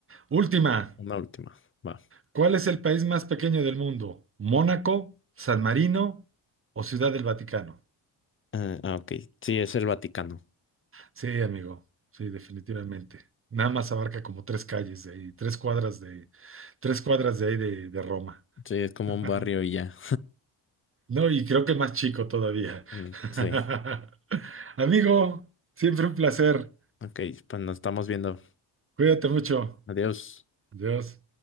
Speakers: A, on the right; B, on the left.
A: última.
B: una última. Va.
A: ¿Cuál es el país más pequeño del mundo? ¿Mónaco, San Marino o Ciudad del Vaticano?
B: Ah, ah, ok. Sí, es el Vaticano.
A: Sí, amigo, sí, definitivamente. Nada más abarca como tres calles de ahí, tres cuadras de, tres cuadras de ahí de, de Roma.
B: Sí, es como
A: <laughs>
B: un barrio y ya.
A: No, y creo que más chico todavía.
B: Mm,
A: <laughs>
B: sí.
A: Amigo, siempre un placer.
B: Ok, pues nos estamos viendo.
A: Cuídate mucho.
B: Adiós.
A: Dios.